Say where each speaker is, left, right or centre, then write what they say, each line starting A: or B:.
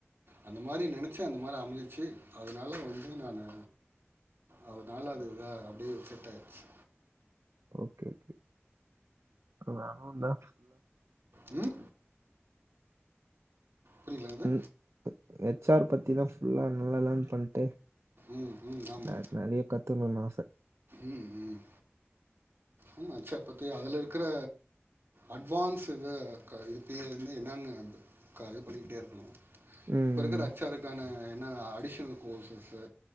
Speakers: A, on the right; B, on the right.
A: அந்த மாரி நெனச்சே அந்த மாரி அமஞ்சுச்சு அதுனால வந்து நானு அதுனால அது இதா அப்டியே செட் ஆயிட்ச்சு
B: ஓகே ஓகே நானுந்தா
A: ம் புரில என்னது
B: ம். ஹெச்ஆர் பத்தி தான் ஃபுல்லா நல்லா லேர்ன் பண்ணிட்டு,
A: ம் ம் ஆமா
B: நெ நெறைய கத்துக்கணும்னு ஆசை.
A: ம் ம் ஆமா ஹெச் ஆர் பத்தி அதுல இருக்குற அட்வான்ஸு வ க இது <unintelligible> என்னான்னு அது க இது பண்ணிக்கிட்டே இருக்கணு
B: ம்.
A: இப்ப இருக்குற ஹெச் ஆர் இருக்கானே என்ன அடிஷல் கோர்ஸஸு